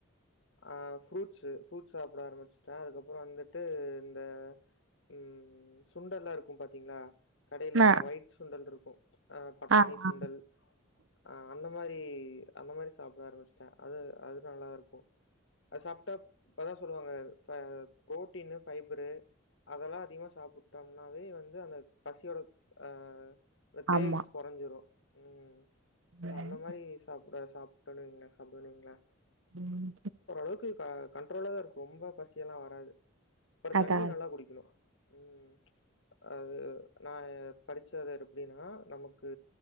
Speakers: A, on the left (about 65°); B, on the right (about 75°).
A: அ ஃப்ரூட்ஸு ஃப்ரூட்ஸ் சாப்ட ஆரம்பிச்சுட்டே அதுக்கப்புற வந்துட்டு இந்த ம் சுண்டெல்லா இருக்கும் பாத்திங்ளா கடைல
B: ஆ
A: அந்த ஒயிட் சுண்டல் இருக்கு அ பட்டாணி
B: ஆ
A: சுண்டல்
B: ஆ
A: அ அந்த அந்த மாரி அந்த மாரி சாப்ட ஆரம்பிச்ட்டே அது அது நல்லாதா இருக்கு அது சாப்ட்டா இப்பதா சொல்லுவாங்க புரோட்டீனு ஃபைபரு அதெல்லா அதிகமா சாப்பிட்டோம்னாவே வந்து அந்த பசியோட ஆ இந்த கிரேவிங்ஸ்
B: ஆமா
A: கொறைஞ்சிரு ம் சோ
B: ம்
A: அந்த மாரி சாப் டன் வைங்ளே சாப்டுவன் வைங்ளே
B: ம்
A: ஒரளவுக்கு க கண்ட்ரோலாதா இருக்கு ரொம்ப பசியெல்லா வராது அப்ற
B: அதா
A: தண்ணி நல்லா குடிக்கணு ம் அது நா படிச்சது எப்டினா நமக்கு